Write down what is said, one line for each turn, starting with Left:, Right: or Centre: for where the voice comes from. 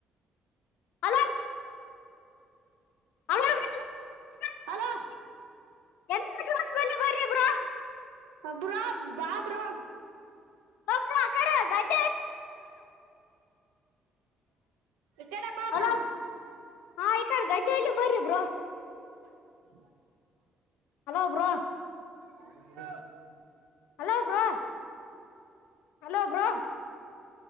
Left: Hello hello bro <unintelligible>
Right: hello
Left: ಎಂಟ್ನೆ cross ಬಲ್ಲಿ ಬರ್ರಿ ಬ್ರೋ.
Right: ಅ ಬ್ರೋ ಬಾ ಬ್ರೋ
Left: ಓ ಬ್ರೋ ಆಕಡೆ ಗಾಡಿ
Right: ಈಕಡೆ ಬಾ
Left: ಹಲೋ
Right: ಬ್ರೋ
Left: ಹಾ ಇಕಡ್ ಗದ್ದೆ ಅಲ್ಲಿ ಬರ್ರಿ ಬ್ರೋ.
Right: <inaudible>
Left: Hello bro.
Right: ಹೇಳ್ತೀನಿ ಬಿಡು
Left: ಹಲೋ ಬ್ರೋ ಹಲೋ ಬ್ರೋ.